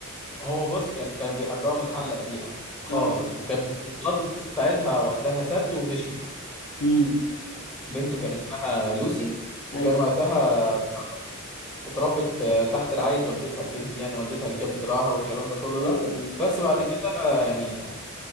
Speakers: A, in the centre; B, on the left.
A: هو بص كان كان بيحبها ومتعلق بيها خالص
B: اه
A: وكان مراته ساعتها وقتها سابته ومشيت
B: امم
A: بنته كان اسمها لوسي وكان
B: ايوه
A: وقتها بتاع ده، اتربت آه، تحت رعاية والدتها البنت دي يعني والدتها اللي كانت بتراعاها والكلام ده كله
B: ايوه
A: ده
B: ايوه
A: بس بعد كده آه، يعني